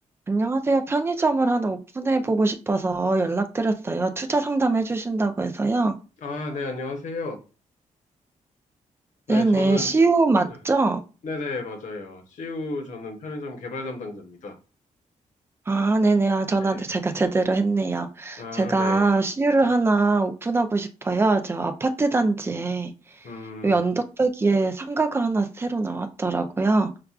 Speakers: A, on the right; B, on the left.
A: 안녕하세요. 편의점을 하나 오픈해 보고 싶어서 연락드렸어요. 투자 상담해 주신다고 해서요.
B: 아, 네, 안녕하세요. 네,
A: 네네.
B: 저는,
A: CU 맞죠?
B: 네, 네네, 맞아요. CU 저는 편의점 개발 담당자입니다.
A: 아, 네네. 아, 전화를
B: 네.
A: 제가 제대로 했네요.
B: 아,
A: 제가
B: 네.
A: CU를
B: 네.
A: 하나 오픈하고 싶어요. 저 아파트 단지에
B: 음,
A: 요 언덕배기에 상가가 하나 새로 나왔더라고요.